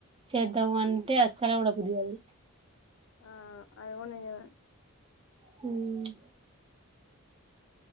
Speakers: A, on the right; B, on the left.
A: చేద్దాం అంటే అస్సల కూడా కుదరదు.
B: ఆ అది కూడ నిజమే
A: హ్మ్